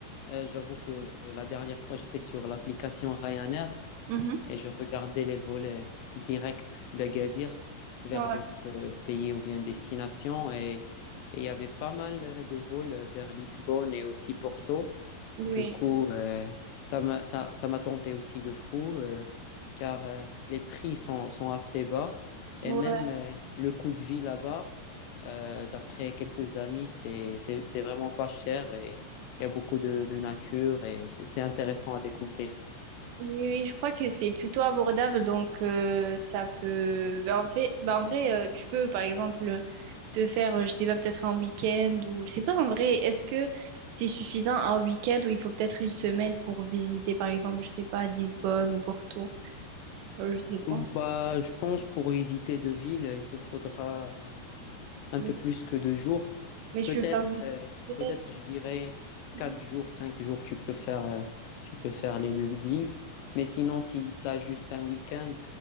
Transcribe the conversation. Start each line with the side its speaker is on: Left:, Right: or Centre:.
Left: euh, j'avoue que euh, la dernière fois, j'étais sur l'application Ryanair
Right: Mhm.
Left: et je regardais les vols directs d'Agadir vers
Right: Ouais.
Left: d'autres euh, pays ou bien destinations et il y avait pas mal de vols vers Lisbonne et aussi Porto.
Right: Oui.
Left: Du coup, euh, ça m'a ça, ça m'a tenté aussi de fou, euh, car euh, les prix sont, sont assez bas. Et
Right: Ouais.
Left: même euh, le coût de vie là-bas, euh, d'après quelques amis, c'est, c'est, c'est vraiment pas cher et il y a beaucoup de, de nature et c'est c'est intéressant à découvrir.
Right: Oui, oui, je crois que c'est plutôt abordable, donc euh, ça peut. Ben, en fait, ben, en vrai, euh, tu peux par exemple te faire, euh, je sais pas, peut-être un week-end ou je sais pas en vrai, est-ce que c'est suffisant un week-end ou il faut peut-être une semaine pour visiter par exemple, je sais pas, Lisbonne ou Porto, Euh, je sais
Left: Ou
Right: pas.
Left: Bah, je pense pour visiter deux villes, il te faudra euh,
Right: Oui.
Left: un peu plus que deux jours.
Right: Mais je
Left: Peut-être,
Right: peux faire juste
Left: euh,
Right: peut-être.
Left: peut-être, je dirais
Right: Mhm.
Left: quatre jours, cinq jours, tu peux faire, euh, tu peux faire les deux villes. Mais sinon, si tu as juste un week-end,